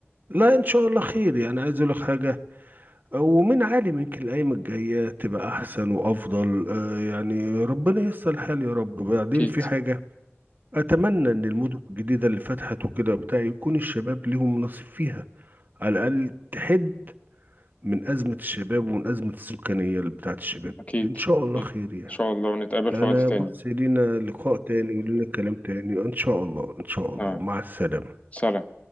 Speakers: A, on the right (about 40°); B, on the left (about 30°).
A: لا ان شاء الله خير يعني عايز اقول لك حاجه ومن عالي يمكن الأيام الجاية تبقى أحسن وأفضل آه، يعني ربنا ييسر الحال يا رب بعدين
B: أكيد
A: في حاجة أتمنى إن المدن الجديدة اللي فتحت وكده وبتاع يكون الشباب ليهم نصيب فيها على الأقل تحد من أزمة الشباب ومن أزمة السكانية اللي بتاعت الشباب
B: أكيد
A: إن شاء الله
B: أكيد
A: خير يعني
B: إن شاء الله ونتقابل
A: أنا
B: في وقت تاني
A: بص لينا لقاء تاني ولينا كلام تاني إن شاء الله إن شاء
B: تمام
A: الله مع السلامة
B: سلام